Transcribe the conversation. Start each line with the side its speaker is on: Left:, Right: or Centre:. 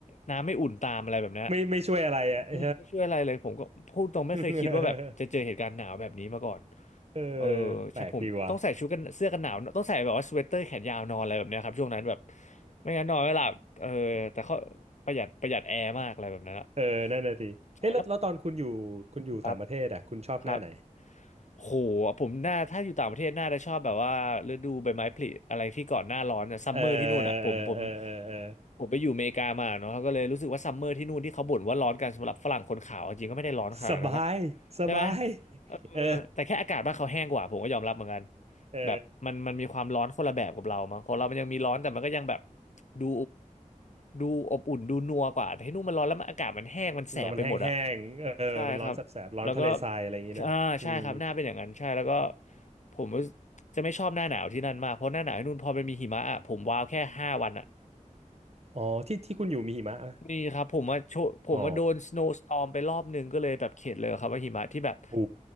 Left: น้ำไม่อุ่นตามอะไรแบบเนี้ย
Right: ไม่ไม่ช่วยอะไรอ่ะเอ
Left: อืมไม่ช่วยอะไรเลยผมก็พูดตรงไม่เคยคิดว่าแบบจะเจอเหตุการณ์หนาวแบบนี้มาก่อน
Right: <laughs> เออ
Left: เออ
Right: แปลกดีว่ะ
Left: ใช่ผมต้องใส่ชุดกันเสื้อกันหนาวต้องใส่แบบว่าสเวตเตอร์แขนยาวนอนอะไรแบบเนี้ยครับช่วงนั้นแบบไม่งั้นนอนไม่หลับเออแต่เขาประหยัดประหยัดแอร์มากอะไรแบบนั้นอะ
Right: <laughs> เออนั่นน่ะดิเฮ้ยแล้วแล้วตอนคุณอยู่คุณอยู่ต่างประเทศอ่ะคุณชอบหน้าไหน
Left: ใช่แล้วครับครับ โหผมน่าถ้าอยู่ต่างประเทศน่าจะชอบแบบว่าฤดูใบไม้ผลิอะไรที่ก่อนหน้าร้อนอะซัมเมอร์ที่นู่นอะผมผม
Right: เออเออเออเออเออ
Left: ผมไปอยู่อเมริกามาเนาะเขาก็เลยรู้สึกว่าซัมเมอร์ที่นู่นที่เขาบ่นว่าร้อนกันสำหรับฝรั่งคนขาวจริงก็ไม่ได้ร้อนขนาดนั้นนะ
Right: สบายสบาย
Left: ใช่ไหมเออ
Right: เออ
Left: แต่แค่อากาศบ้านเขาแห้งกว่าผมก็ยอมรับเหมือนกัน
Right: เออ
Left: แบบมันมันมีความร้อนคนละแบบกับเรามั้งของเรามันยังมีร้อนแต่มันก็ยังแบบดูดูอบอุ่นดูนัวกว่าแต่ที่นู่นมันร้อนแล้วมันอากาศมันแห้งมันแสบไปหมดอะ
Right: แล้วมันแห้งๆเออมันร้อนแสบๆร้อนทะเลทรายอะไรอย่างงี้นะอืม
Left: ใช่ครับแล้วก็ อ่าใช่ครับหน้าเป็นอย่างนั้นใช่แล้วก็ผมรู้สึกจะไม่ชอบหน้าหนาวที่นั่นมากเพราะหน้าหนาวที่นู่นพอมันมีหิมะอะผมว้าวแค่ห้าวันอะ
Right: อ๋อที่ที่คุณอยู่มีหิมะอะ
Left: มีครับผมว่าโชผมว่าโดน
Right: อ๋อ
Left: snowstorm ไปรอบหนึ่งก็เลยแบบเข็ดเลยครับว่าหิมะที่แบบ
Right: โหู